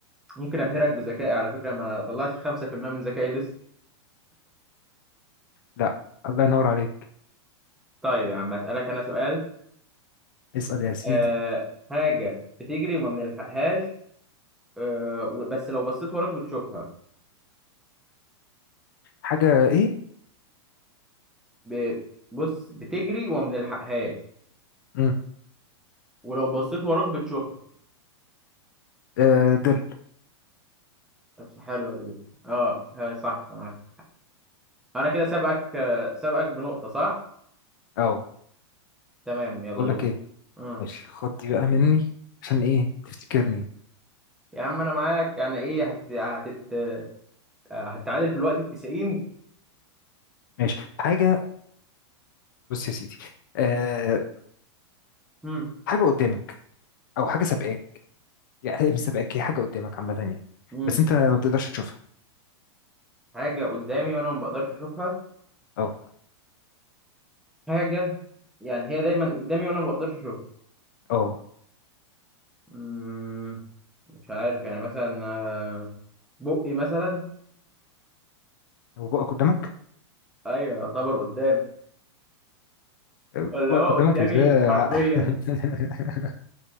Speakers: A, in the centre; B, on the left.
A: ممكن ابهرك بذكائي على فكره ما طلعتش 5% من ذكائي لسه
B: لا الله ينور عليك
A: طيب يا عم اسالك انا سؤال
B: اسأل يا سيدي
A: أه حاجه بتجري وما بنلحقهاش أه و- بس لو بصيت وراك بتشوفها
B: حاجة إيه؟
A: ب- بص بتجري وما بنلحقهاش
B: مم.
A: ولو بصيت وراك بتشوفها
B: آه، ظل
A: حلوة دي اه هي صح معاك انا كده سابقك آه، سابقك بنقطة صح
B: أه
A: تمام يلا
B: بقول
A: دور
B: لك إيه
A: مم.
B: ماشي خد دي بقى مني عشان ايه تفتكرني
A: يا عم انا معاك يعني ايه هت... هتت... آه، هتتعادل في الوقت التسعين
B: ماشي حاجة بص يا سيدي أه
A: مم.
B: حاجة قدامك او حاجة سابقاك يعني مش سابقاك هي حاجة قدامك عامة يعني
A: مم.
B: بس انت ما بتقدرش تشوفها
A: حاجة قدامي وانا ما بقدرش اشوفها
B: اه
A: حاجة يعني هي دايما قدامي وانا ما بقدرش اشوفها
B: اه
A: مم. مش عارف يعني مثلا آه، بقي مثلا
B: وبقى قدامك
A: ايوه يعتبر قدامي
B: آه،
A: ولا
B: بقى
A: هو
B: قدامك
A: قدامي
B: ازاي
A: حرفيا
B: <laughs>